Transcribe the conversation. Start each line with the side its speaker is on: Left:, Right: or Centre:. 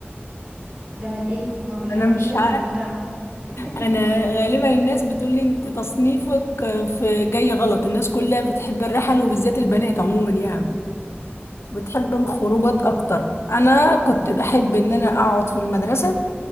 Right: ده من ايه ما بتحبش
Left: أنا مش
Right: المتعة
Left: عارف
Right: <laughs>
Left: أنا غالبا الناس بتقول لي أنت تصنيفك في جاي غلط الناس كلها بتحب الرحل وبالذات البنات عموما يعني بتحب الخروجات أكتر أنا كنت بحب إن أنا أقعد في المدرسة